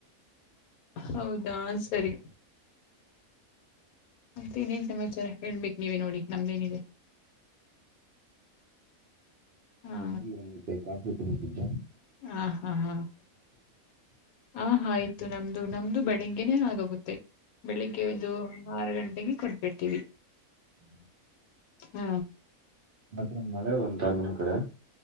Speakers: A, on the left; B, on the right.
A: ಹೌದಾ ಸರಿ ಮತ್ತೆ ಇನ್ನೇನ್ ಸಮಾಚಾರ ಹೇಳ್ಬೇಕ್ ನೀವೇ ನೋಡಿ ನಮ್ದೇನಿದೆ. ಹಾ
B: ನೇಮ್ದಿ ಆಗಿರ್ಬೇಕ್ ಅದು. <unintelligible>
A: ಹ ಹಾ ಹಾ ಆ ಹ ಆಯ್ ತ್ತು ನಮ್ದು ನಮ್ದು ಬೆಳಿಗ್ಗೆನೆೇ ಆಗೋಗುತ್ತೆ. ಬೆಳಿಗ್ಗೆ ಒಂದು ಆರು ಗಂ ಟೆಗೆ ಕೊಟ್ಬಿಡ್ತೀವಿ.
B: <unintelligible>
A: ಹ್ಮ
B: ಮಾತ್ತೆ ಮಳೆ ಬಂತಾ ನಿಮ್ ಕಡೆ.